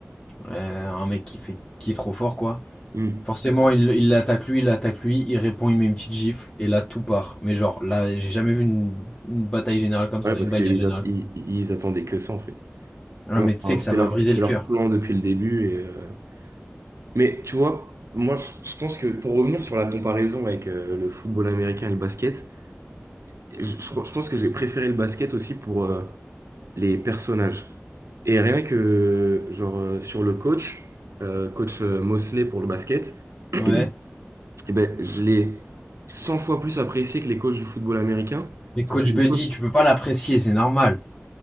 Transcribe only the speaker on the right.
Hmm.
Ouais, parce
qu'ils
at- ils, ils attendaient que ça, en fait.
Genre,
enfin,
c'était
leur,
c'était
leur
plan depuis le début. Et, euh, Mais tu vois, moi, je je pense que pour revenir sur la comparaison avec euh, le football américain et le basket, je, je, je pense que j'ai préféré le basket aussi pour, euh, les personnages. Et rien que, genre, euh, sur le coach, euh, coach euh, Mosley pour le basket, <clears throat>
eh ben, je l'ai 100 fois plus apprécié que les coachs du football américain.
Parce que les
coachs,